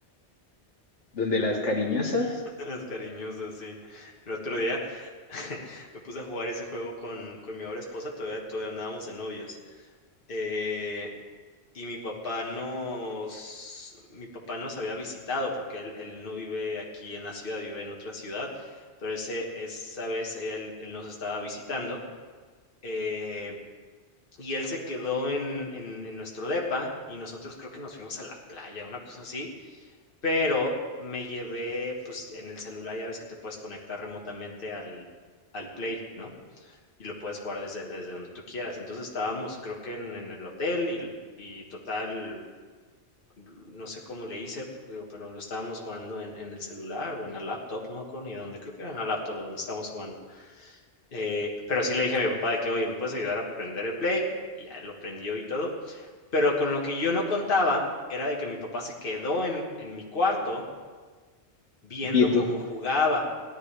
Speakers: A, on the left; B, on the left.
A: donde las cariñosas,
B: <laughs> las cariñosas, sí. El otro día <laughs> me puse a jugar ese juego con con mi ahora esposa, todavía todavía andábamos de novios. Eh, y mi papá nos mi papá nos había visitado porque él él no vive aquí en la ciudad, vive en otra ciudad, pero ese esa vez él él nos estaba visitando, eh, y él se quedó en en en nuestro depa, y nosotros creo que nos fuimos a la playa, una cosa así, pero me llevé, pues, en el celular ya ves que te puedes conectar remotamente al al Play, ¿no? y lo puedes jugar desde, desde donde tú quieras. Entonces estábamos, creo que en, en el hotel y, y total, no sé cómo le hice, digo, pero lo estábamos jugando en, en el celular o en la laptop, no me acuerdo ni dónde, creo que era en la laptop donde estábamos jugando. Eh, pero sí le dije a mi papá de que, oye, ¿me puedes ayudar a prender el play? Y ya lo prendió y todo. Pero con lo que yo no contaba era de que mi papá se quedó en, en mi cuarto viendo
A: viendo.
B: cómo jugaba.